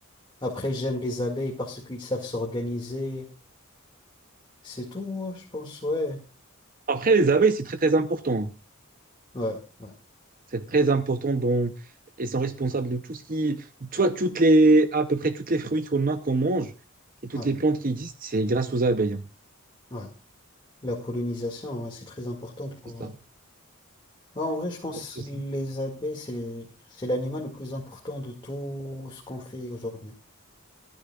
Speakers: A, on the left; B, on the right.
A: Après, j'aime les abeilles parce qu'ils savent s'organiser. C'est tout, hein, je pense, ouais.
B: Après, les abeilles, c'est très, très important.
A: Ouais, ouais,
B: C'est très important dont Elles sont responsables de tout ce qui... Toi, toutes les... à peu près toutes les fruits qu'on a, qu'on mange, et toutes
A: ouais,
B: les plantes qui existent, c'est grâce aux abeilles. hein.
A: ouais. La pollinisation, ouais, c'est très important pour...
B: C'est ça.
A: euh, ouais, en vrai, je pense
B: Ouais, c'est
A: que
B: ça.
A: les abeilles, c'est les- c'est l'animal le plus important de tout ce qu'on fait aujourd'hui.